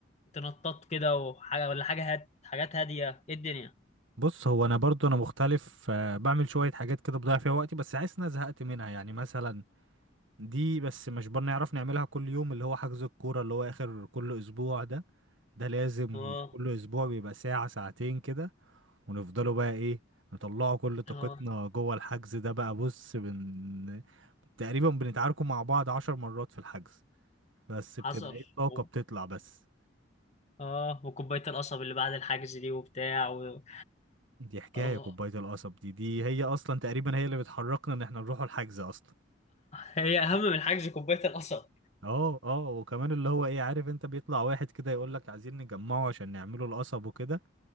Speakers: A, on the left (about 35°); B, on the right (about 75°).
A: تنطط كده وحاجه ولا حاجه هات حاجات هاديه ايه الدنيا
B: بص هو انا برضو انا مختلف آه، بعمل شوية حاجات كده بضيع فيها وقتي بس حاسس ان انا زهقت منها يعني مثلا دي بس مش بنعرف نعملها كل يوم اللي هو حجز الكورة اللي هو اخر كل اسبوع ده ده لازم
A: اه
B: كل اسبوع بيبقى ساعة ساعتين كده ونفضلوا بقى ايه نطلعوا كل طاقتنا
A: اه
B: جوه الحجز ده بقى بص بن تقريبا بنتعاركوا مع بعض عشر مرات في الحجز بس بتبقى
A: حصل
B: ايه الطاقة
A: و-
B: بتطلع بس
A: اه وكوبايه القصب اللي بعد الحجز دي وبتاع و...
B: دي حكاية
A: اه
B: كوباية القصب دي دي هي اصلا تقريبا هي اللي بتحركنا ان احنا نروحوا الحجز اصلا
A: هي اهم من الحجز كوبايه القصب
B: اه اه وكمان اللي هو ايه عارف انت بيطلع واحد كده يقول لك عايزين نجمعه عشان نعمله القصب وكده